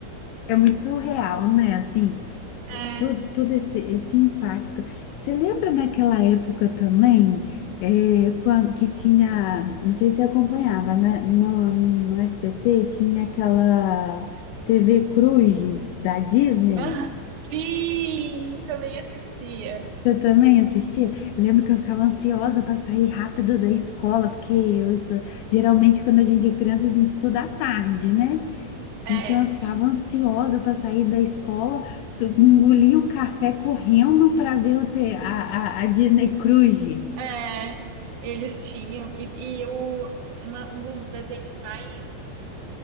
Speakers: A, on the left; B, on the right.
A: É muito real, né? Assim,
B: É,
A: Todo, todo esse, esse impacto. Você lembra daquela época também, é, quando, que tinha, não sei se você acompanhava, né? No, no SBT tinha aquela TV Cruz da Disney.
B: Aham. Sim, também assistia.
A: Você também assistia? Eu lembro que eu ficava ansiosa para sair rápido da escola, porque eu estu- geralmente quando a gente é criança a gente estuda à tarde, né?
B: É,
A: Então eu ficava ansiosa para sair da escola, tu- engolia o café correndo para ver o te- a, a, a Disney Cruise.
B: é, eles tinham. E, e o, uma- um dos desenhos mais